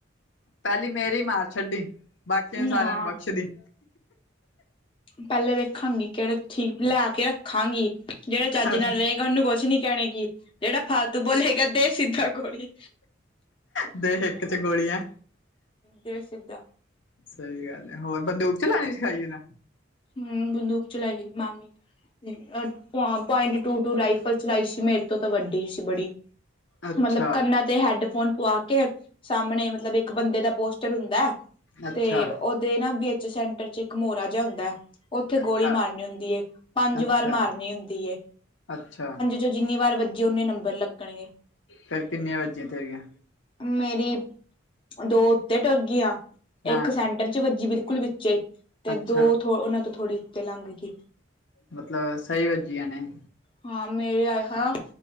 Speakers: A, on the left; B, on the left.
A: ਪਹਿਲੀ ਮੇਰੀ ਮਾਰ ਛੱਡੀ, ਬਾਕੀਆਂ ਸਾਰਿਆਂ
B: ਨਾ
A: ਨੂੰ ਬਖਸ਼ਦੀ
B: ਪਹਿਲੇ ਵੇਖਾਂਗੀ, ਕਿਹੜਾ ਠੀਕ ਲੈ ਕੇ ਰੱਖਾਂਗੀ। ਜਿਹੜਾ ਚਜ
A: ਅਸੀ
B: ਨਾਲ ਰਹੇਗਾ, ਉਹਨੂੰ ਕੁਛ ਨੀ ਕਹਿਣੇ ਗੇ। ਜਿਹੜਾ ਫਾਲਤੂ ਬੋਲੇਗਾ ਦੇ ਸਿੱਧਾ ਗੋਲੀ।
A: ਦੇ ਹਿੰਕ ਚ ਗੋਲੀਆ।
B: ਜੇ ਸੀਦਾ
A: ਸਹੀ ਗੱਲ ਹੈ, ਹੋਰ ਬੰਦੂਕ ਚਲਾਉਣੀ ਸਿਖਾਈਏ ਨਾ।
B: ਹਮ, ਬੰਦੂਕ ਚਲਾਈ ਹੀ ਮਾਮੀ ਨੇ ਅ ਪੁਆਇੰਟ ਟੂ ਟੂ ਰਾਈਫਲ ਚਲਾਈ ਸੀ ਮੇਰੇ ਤੋਂ ਤਾਂ ਵੱਡੀ ਸੀ ਬੜੀ
A: ਅੱਛਾ
B: ਮਤਲਬ ਕਰਨਾ ਤੇ ਹੈਡਫੋਨ ਪਵਾ ਕੇ ਸਾਹਮਣੇ ਮਤਲਬ ਇੱਕ ਬੰਦੇ ਦਾ ਪੋਸਟਰ ਹੁੰਦਾ।
A: ਅੱਛਾ
B: ਤੇ ਉਹਦੇ ਨਾ ਵਿੱਚ ਸੈਂਟਰ ਚ ਮੋਹਰਾ ਜਿਹਾ ਹੁੰਦਾ ਉੱਥੇ ਗੋਲੀ
A: ਅੱਛਾ
B: ਮਾਰਨੀ ਹੁੰਦੀ ਏ, ਪੰਜ
A: ਅੱਛਾ
B: ਵਾਰ ਮਾਰਨੀ ਹੁੰਦੀ ਏ
A: ਅੱਛਾ,
B: ਜੋ ਜਿੰਨੀ ਵਾਰ ਵੱਜੀ ਓਨੇ ਨੰਬਰ ਲੱਗਣਗੇ।
A: ਫੇਰ ਕਿੰਨੀਆਂ ਵੱਜੀਆਂ ਤੇਰੀਆਂ
B: ਮੇਰੀ ਦੋ ਉੱਤੇ ਟੁਰ ਗਈਆਂ,
A: ਹਾਂ
B: ਇੱਕ ਸੈਂਟਰ ਚ ਵੱਜੀ ਬਿਲਕੁਲ, ਚੇ ਤੇ
A: ਅੱਛਾ
B: ਦੋ ਥੋ ਉਹਨਾਂ ਤੋਂ ਥੋੜੀ ਉੱਤੇ ਲੰਘ ਗਈ।
A: ਮਤਲਬ ਸਹੀ ਵੱਜੀਆਂ ਨੇ,
B: ਹਾਂ ਮੇਰੇ ਆਏ ਹਾਂ